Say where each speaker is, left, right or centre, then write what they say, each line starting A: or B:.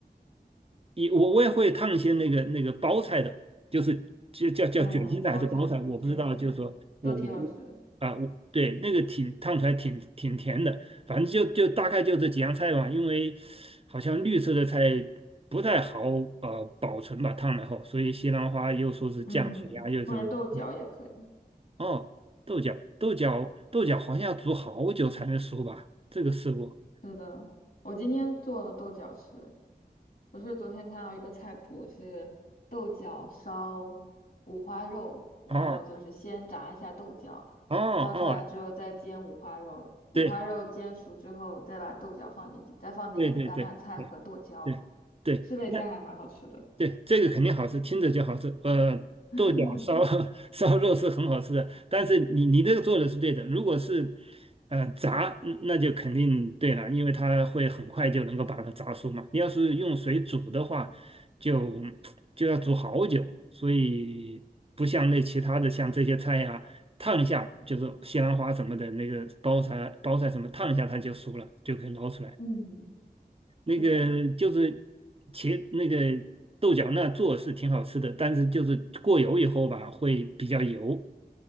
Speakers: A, on the right (about 35°); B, on the left (about 60°).
A: 也我我也会烫一些那个那个包菜的，就是就叫叫卷心菜还是包菜，
B: 嗯，包菜、
A: 我不知道，
B: 卷心菜都挺好吃的。
A: 就是说我我我啊，我对那个挺烫出来挺挺甜的，反正就就大概就这几样菜嘛，因为好像绿色的菜不太好呃保存吧，烫了后，所以西兰花又说是降血压，
B: 嗯，
A: 又怎么对
B: 或者豆角也可以。
A: 哦，豆角，豆角，豆角好像要煮好久才能熟吧？这个试过。
B: 是的，我今天做了豆角吃，我是昨天看到一个菜谱是豆角烧五花肉，然后就是先炸一下豆角，
A: 哦哦哦，
B: 捞出来之后再煎五花肉，五花肉煎熟之后再把豆角放进去，
A: 对
B: 再放点橄榄菜和剁椒，
A: 对对对对对对，
B: 试了一下还蛮好吃的。
A: 那对，这个肯定好吃，听着就好吃。呃，
B: <laughs>
A: 豆角烧 <laughs> 烧肉是很好吃的，但是你你这个做的是对的。如果是呃炸，嗯那就肯定对了，因为它会很快就能够把它炸熟嘛。你要是用水煮的话，就就要煮好久，所以不像那其他的像这些菜呀、烫一下就是西兰花什么的那个包菜包菜什么烫一下它就熟了，就可以捞出来。
B: 嗯，
A: 那个就是
B: 是的，
A: 茄那个豆角那做是挺好吃的，但是就是过油以后吧，会比较油。